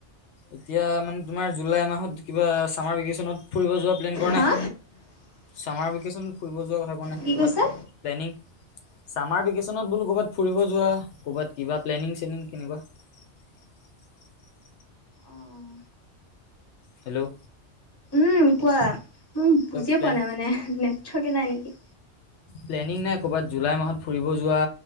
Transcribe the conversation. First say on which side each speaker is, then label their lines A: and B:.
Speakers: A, on the left (about 75°); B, on the left (about 20°).
A: এতিয়া মানে তোমাৰ জুলাই মাহত কিবা চামাৰ ভিকেচনত ফুৰিব যোৱা প্লেন কৰা
B: হা
A: নাই চামাৰ ভিকচনত ফুৰিব যোৱাৰ কথা কোৱা নাই
B: কি
A: ক'ৰবাত
B: কৈছা?
A: প্লেনিং ছামাৰ ভিকেচনত বোলো ক'ৰবাত ফুৰিব যোৱা ক'ৰবাত কিবা প্লেনিং চেনিং কেনেকুৱা <unintelligible>
B: অঁ
A: হেল্ল'
B: উম কোৱা মোক বুজিয়ে
A: প্লেন
B: পোৱা নাই মানে নেটৱৰ্কে নাই নিকি
A: প্লেনিং নাই ক'ৰবাত জুলাই মাহত ফুৰিব যোৱা